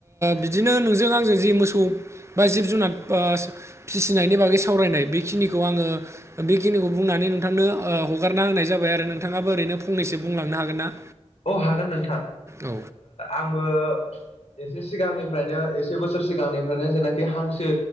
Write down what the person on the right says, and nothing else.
बिदिनो नोंजों आंजों जि मोसौ बा जिब जुनार फिसिनायनि बागै सावरायनाय बेखिनिखौ आङो बेखिनिखौ बुंनानै नोंथांनो हगारना होननाय जाबाय आरो नोंथाङाबो ओरैनो फंनैसो बुंलांनो हागोन ना
औ